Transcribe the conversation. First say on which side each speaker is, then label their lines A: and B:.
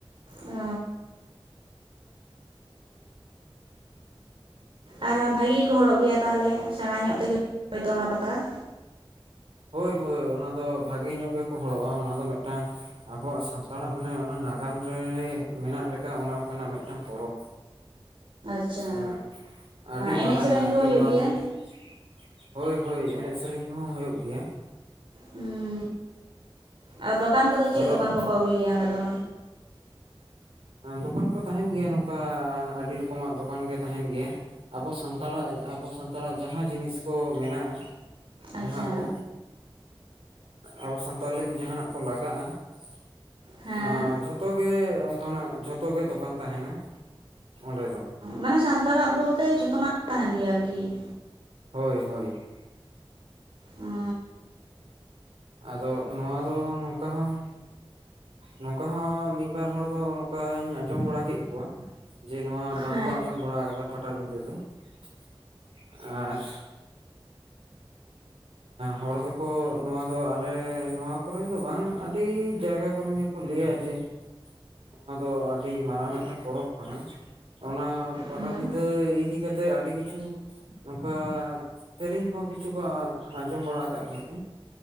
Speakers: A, on the right (about 65°); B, on the right (about 85°).
A: ᱚᱻ, ᱟᱨᱚ ᱵᱷᱟᱜᱤ ᱜᱮᱠᱚ ᱦᱚᱲᱚᱜ ᱜᱮᱭᱟ ᱛᱟᱦᱚᱞᱮ, ᱥᱮᱬᱟ ᱧᱚᱜ ᱛᱮᱜᱮ ᱦᱳᱭᱛᱚ ᱚᱱᱟ ᱯᱟᱛᱟ ᱾
B: ᱦᱳᱭ ᱦᱳᱭ ᱚᱱᱟ ᱫᱚ ᱵᱷᱟᱜᱮ ᱧᱚᱜ ᱜᱮᱠᱚ ᱦᱚᱲᱚᱜᱼᱟ, ᱚᱱᱟ ᱫᱚ ᱢᱤᱫᱴᱟᱝ ᱟᱵᱚᱣᱟᱜ ᱥᱟᱱ ᱛᱟᱲᱟᱜ ᱢᱟᱱᱮ ᱚᱱᱟ ᱱᱟᱜᱟᱢ ᱨᱮ ᱢᱮᱱᱟᱜ ᱞᱮᱠᱟ ᱚᱱᱮ ᱚᱝᱠᱟᱱᱟᱜ ᱢᱤᱫᱴᱟᱝ ᱯᱚᱨᱚᱵᱽ ᱾
A: ᱟᱪᱪᱷᱟ
B: ᱮᱸᱜ ᱟᱹᱰᱤ
A: ᱮᱱᱮᱡ
B: ᱢᱟᱨᱟᱝᱼᱟ
A: ᱥᱮᱨᱮᱧ
B: ᱟᱨᱠᱤ
A: ᱠᱚ ᱦᱩᱭᱩᱜ
B: ᱚᱱᱟ
A: ᱜᱮᱭᱟ
B: ᱫᱚ ᱾ ᱦᱳᱭ ᱦᱳᱭ ᱮᱱᱮᱡ ᱥᱮᱨᱮᱧ ᱠᱚᱸᱦᱚᱸ ᱦᱳᱭᱳᱜ ᱜᱮᱭᱟ ᱾
A: ᱦᱩᱸᱻ ᱟᱨ ᱫᱚᱠᱟᱱ ᱠᱚᱫᱚ
B: ᱟᱫᱚ
A: ᱪᱮᱜ ᱫᱚᱠᱟᱱ ᱠᱚᱠᱚ ᱟᱜᱩᱭ ᱜᱮᱭᱟ ᱚᱸᱰᱮ ᱫᱚ?
B: ᱫᱚᱠᱟᱱ ᱠᱚ ᱛᱟᱦᱮᱸᱱ ᱜᱮᱭᱟ ᱱᱚᱝᱠᱟ ᱟᱰᱤ ᱨᱚᱠᱚᱢᱟᱜ ᱫᱚᱠᱟᱱ ᱜᱮ ᱛᱟᱦᱮᱸᱱ ᱜᱮᱭᱟ ᱾ ᱟᱵᱚ ᱥᱟᱱᱛᱟᱲᱟᱜ ᱟᱵᱚ ᱥᱟᱱᱛᱟᱲᱟᱜ ᱡᱟᱸᱦᱟᱸ ᱡᱤᱱᱤᱥ ᱠᱚ ᱢᱮᱱᱟᱜᱼᱟ ᱾ ᱡᱟᱸᱦᱟᱸ
A: ᱟᱪᱪᱷᱟ
B: ᱠᱚ, ᱟᱵᱚ ᱥᱟᱱᱛᱟᱲ ᱞᱟᱹᱜᱤᱫ ᱡᱟᱸᱦᱟᱸᱱᱟᱜ ᱠᱚ ᱞᱟᱜᱟᱜᱼᱟ ᱾
A: ᱦᱮᱸ
B: ᱡᱷᱚᱛᱚ ᱜᱮ ᱚᱝᱠᱟᱱᱟᱜ ᱡᱷᱚᱛᱚ ᱜᱮ ᱫᱚᱠᱟᱱ ᱛᱟᱦᱮᱸᱱᱟ ᱾ ᱚᱸᱰᱮ ᱫᱚ
A: ᱢᱟᱱᱮ ᱥᱟᱱᱛᱟᱲᱟᱜ ᱵᱚᱞᱛᱮ ᱡᱷᱚᱛᱚᱱᱟᱜ ᱛᱟᱦᱮᱸᱱ ᱜᱮᱭᱟ ᱟᱨᱠᱤ ᱾
B: ᱦᱳᱭ ᱦᱳᱭ ᱾
A: ᱩᱸᱻ
B: ᱟᱫᱚ ᱱᱚᱣᱟ ᱫᱚ ᱱᱚᱝᱠᱟ ᱦᱚᱸ ᱱᱚᱝᱠᱟ ᱦᱚᱸ ᱢᱤᱫ ᱵᱟᱨ ᱦᱚᱲ ᱫᱚ ᱱᱚᱝᱠᱟᱧ ᱟᱸᱡᱚᱢ ᱵᱟᱲᱟ ᱠᱮᱜ ᱠᱚᱣᱟ ᱡᱮ ᱱᱚᱣᱟ ᱵᱟᱝᱠᱚ
A: ᱦᱮᱸ
B: ᱟᱸᱡᱚᱢ ᱵᱟᱲᱟ ᱠᱟᱫᱟ ᱯᱟᱴᱟᱵᱤᱸᱫᱟᱹ ᱫᱚ ᱾ ᱟᱨ ᱦᱚᱲ ᱫᱚᱠᱚ ᱱᱚᱣᱟ ᱫᱚ ᱟᱞᱮ ᱱᱚᱣᱟ ᱠᱚᱨᱮᱱ ᱫᱚ ᱵᱟᱝ ᱟᱰᱤ ᱡᱟᱭᱜᱟ ᱠᱚᱨᱮᱱ ᱜᱮ ᱠᱚ ᱞᱟᱹᱭᱟ ᱡᱮ ᱱᱚᱣᱟ ᱫᱚ ᱟᱹᱰᱤ ᱢᱟᱨᱟᱝ ᱢᱤᱫᱴᱟᱝ ᱯᱚᱨᱚᱵᱽ ᱠᱟᱱᱟ ᱾ ᱚᱱᱟ ᱯᱟᱴᱟᱵᱤᱸᱫᱽᱟᱹ
A: ᱦᱮᱸ
B: ᱤᱫᱤ ᱠᱟᱛᱮᱫ ᱟᱰᱤ ᱠᱤᱪᱷᱩ ᱱᱚᱝᱠᱟ ᱛᱮᱹᱨᱮᱹᱧ ᱠᱚᱸᱦᱚᱸ ᱠᱤᱪᱷᱩ ᱠᱚ ᱟᱸᱡᱚᱢ ᱵᱟᱲᱟ ᱠᱟᱜ ᱜᱮᱭᱟᱯᱮ?